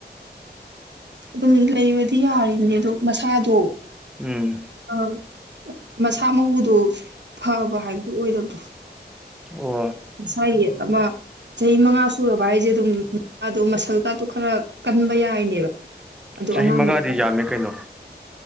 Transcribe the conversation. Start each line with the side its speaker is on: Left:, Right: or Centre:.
Right: ꯑꯗꯨꯝ ꯂꯩꯕꯗꯤ ꯌꯥꯔꯤꯕꯅꯤ ꯑꯗꯨꯗꯣ ꯃꯁꯥꯗꯣ
Centre: ꯎꯝ
Right: ꯑ ꯃꯁꯥ ꯃꯎꯗꯣ ꯐꯕ ꯍꯥꯏꯕꯗꯨ ꯑꯣꯏꯗꯕ꯭ꯔꯣ
Centre: ꯑꯣ
Right: ꯁꯥꯏꯌꯦ ꯑꯃꯃ ꯆꯍꯤ ꯃꯉꯥ ꯁꯨꯔꯕ ꯍꯥꯏꯁꯦ ꯑꯗꯨꯝ ꯑꯗꯣ ꯃꯁꯜ ꯀꯥꯇꯣ ꯈꯔ ꯀꯟꯕ ꯌꯥꯏꯅꯦꯕ ꯑꯗꯨ
Centre: ꯆꯍꯤ
Right: ꯑꯉꯥꯡ
Centre: ꯃꯉꯥꯗꯤ
Right: ꯃꯆꯥ
Centre: ꯌꯥꯝꯃꯦ ꯀꯩꯅꯣ